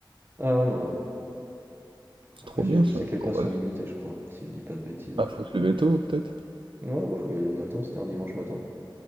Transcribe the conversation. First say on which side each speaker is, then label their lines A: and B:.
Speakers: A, on the right; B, on the right.
A: Ah ouais, non, bah oui.
B: C'est
A: Après,
B: trop
A: je,
B: bien
A: je
B: ça.
A: sais que les
B: Bon,
A: places
B: voilà.
A: sont limitées, je crois, si je dis pas de bêtises.
B: Ah, faut se lever tôt, peut-être?
A: Ouais, bah faut y aller le matin, c'était un dimanche matin.